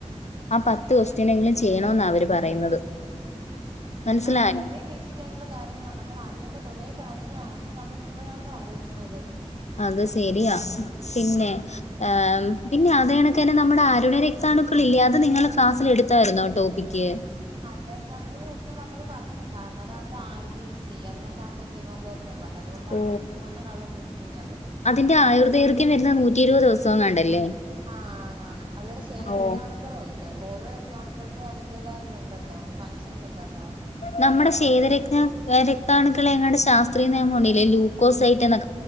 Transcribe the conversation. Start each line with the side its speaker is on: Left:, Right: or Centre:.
Left: ആ പത്തു ക്വസ്റ്റ്യനെങ്കിലും ചെയ്യണൊന്നാ അവര് പറയുന്നത് മനസ്സിലായോ
Right: ആ വളരെ ബേസിക് ക്കായിയിട്ടുള്ള കാര്യങ്ങളാണ് നമ്മൾ അറിയേണ്ട കൊറെ കാര്യങ്ങളാണ് പക്ഷെ നമ്മൾ ഇപ്പോഴാണത് അറിയുന്നത്
Left: അത് സെരിയാ പിന്നെ ആം പിന്നെ അതെണക്കുതന്നെ നമ്മുടെ അരുണരക്താണുക്കളില്ലേ അത് നിങ്ങൾ ക്ലാസ്സിൽ എടുത്തായിരുന്നോ ടോപ്പിക്ക്
Right: അരുണരക്താണുക്കള് രക്തം പറഞ്ഞപ്പോ പറഞ്ഞിട്ടുണ്ടായിരുന്നു അതാണല്ലോ ആർ ബി സി അതിനാത്താണല്ലോ ഹീമോഗ്ലോബ് ള്ളകതുകൊണ്ടാണ്
Left: ഓ,
Right: നമുക്ക് ചുമന്ന കളർലഭിക്കുന്നത്
Left: അതിന്റെ ആയുർദൈർഘൃം വരുന്നത് നൂറ്റിഇരുപത് ദിവസങ്ങാണ്ടല്ലേ
Right: ആണ് ആണ് അതുപോലെ ക്ഷേതരക്താണുക്കളും
Left: ഓഹ്
Right: ഉണ്ട് ഓരോ രക്തണുക്കൾക്കും അതിന്റേതായ ഇതുണ് ഉണ്ടല്ലോ ഫംഗഷൻസ് ഉണ്ടല്ലോ
Left: നമ്മുടെ ക്ഷേതരക്താണു ക്ഷേതരക്താണുക്കളെങ്ങാണ്ട് ശാസ്ത്രീയനിയമം ഉണ്ടല്ലേ ലൂക്കോസൈറ്റെന്ന്